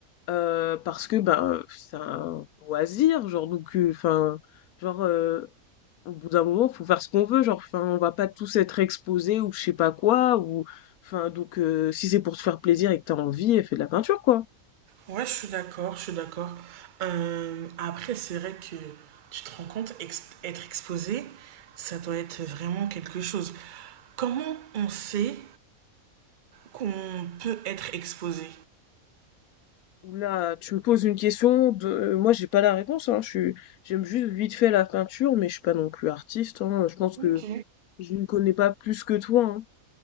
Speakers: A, on the left (about 85°); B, on the right (about 45°).
A: euh, parce que ben, c'est un loisir, genre, donc, euh, enfin, genre, euh, au bout d'un moment, faut faire ce qu'on veut, genre, enfin, on va pas tous être exposés ou je sais pas quoi, ou, enfin, donc, euh, si c'est pour se faire plaisir et que t'as envie, fais de la peinture, quoi.
B: Ouais, je suis d'accord, je suis d'accord. Euh, après, c'est vrai que tu te rends compte, exp- être exposé, ça doit être vraiment quelque chose. Comment on sait qu'on peut être exposé?
A: Oula, tu me poses une question de... euh, Moi, j'ai pas la réponse, hein. Je suis... J'aime juste vite fait la peinture, mais je suis pas non plus artiste, hein. Je pense
B: Ok.
A: que je ne connais pas plus que toi, hein.